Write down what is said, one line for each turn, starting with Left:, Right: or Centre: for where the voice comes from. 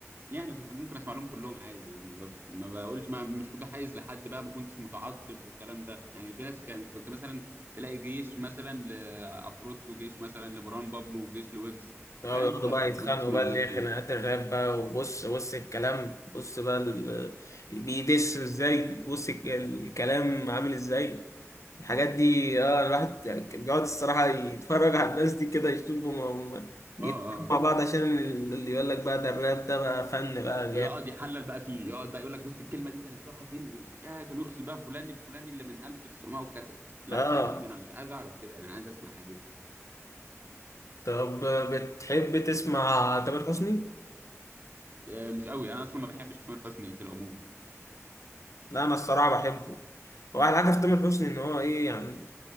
Right: يعني كنت ممكن اسمع لهم كلهم عادي يعني ما ما بقولش ما مش متحيز لحد بقى ما كنتش متعصب والكلام ده يعني في ناس كان كنت مثلا تلاقي جيش مثلا لعفروتو وجيش مثلا لمروان بابلو وجيش لويجز
Left: اه
Right: انت فاهم
Left: يقعدوا
Right: لا
Left: بقى
Right: انا
Left: يتخانقوا
Right: ما كنتش من
Left: بقى
Right: الناس
Left: اللي
Right: دي
Left: هي خناقات الراب بقى وبص بص الكلام بص بقى ال... بيدس ازاي بص الك- الكلام عامل ازاي الحاجات دي اه الواحد كان بيقعد الصراحة يتفرج على الناس دي كده يشوفهم هم
Right: اه
Left: بيتكلموا
Right: اه
Left: مع بعض عشان اللي يقول لك بقى ده الراب ده بقى فن بقى جامد
Right: ويقعد يحلل بقى فيه يقعد بقى يقول لك بص الكلمه دي كانت رايحه فين و... آه كان يقصد بقى فلان الفلاني اللي من 1900 وكذا لا
Left: اه
Right: يا عم انا مش عايز اعرف كده انا عايز اسمع عادي بس
Left: طب بتحب تسمع تامر حسني؟
Right: آه مش قوي انا اصلا ما بحبش تامر حسني في العموم
Left: لا انا الصراحة بحبه هو احلى حاجة في تامر حسني ان هو ايه يعني